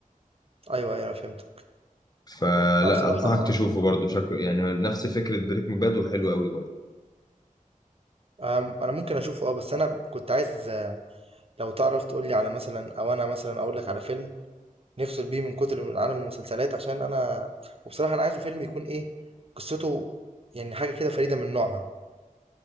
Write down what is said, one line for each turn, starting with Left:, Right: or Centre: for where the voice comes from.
Right: أيوه أيوه أنا فهمتك
Left: فلا
Right: أنا بصراحة
Left: أنصحك تشوفه
Right: آه
Left: برضه شكله يعني نفس فكرة بريكنج باد وحلو قوي برضه
Right: آه، أنا ممكن أشوفه أه بس أنا كنت عايز آه، لو تعرف تقول لي على مثلا او انا مثلا اقول لك على فيلم نفصل بيه من كتر من عالم المسلسلات عشان أنا وبصراحة أنا عايزه فيلم يكون إيه قصته يعني حاجة كده فريدة من نوعها